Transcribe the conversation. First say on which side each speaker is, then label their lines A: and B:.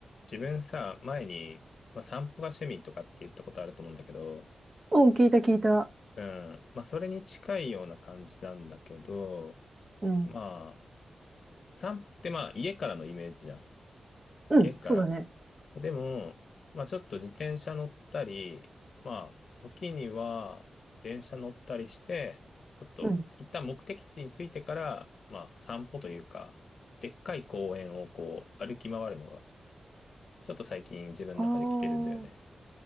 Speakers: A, on the left; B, on the right.
A: 自分さ、前に、まあ、散歩が趣味とかって言ったことあると思うんだけど、
B: うん、聞いた聞いた。
A: うん。まあ、それに近いような感じなんだけど、
B: うん。
A: まあ、散歩ってまあ、家からのイメージじゃん。
B: うん、
A: 家から。
B: そうだね。
A: でも、まあ、ちょっと自転車乗ったり、まあ、時には電車乗ったりして、ちょっと一旦目的地に着いてから、
B: うん。
A: まあ、散歩というか、でっかい公園をこう、歩き回るのが、ちょっと最近自分の中で来てるんだよね。
B: ああ、